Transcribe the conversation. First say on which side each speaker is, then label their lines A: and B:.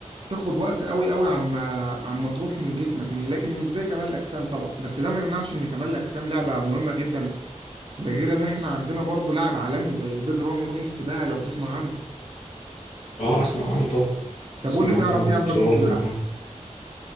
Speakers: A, on the right; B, on the left.
A: تاخد وقت قوي قوي عما عما تروح من جسمك مش لكن مش زي كمال الأجسام طبعا بس ده ما يمنعش إن كمال الأجسام لعبة مهمة جدا ده غير إن إحنا عندنا برضو لاعب عالمي زي بيج رامي رامي السباعي لو تسمع عنه
B: اه اسمع عنه طبعا
A: طب
B: اسمع
A: قول لي تعرف
B: عنه
A: ايه عن
B: اتصورت
A: رامي السباعي؟
B: معاه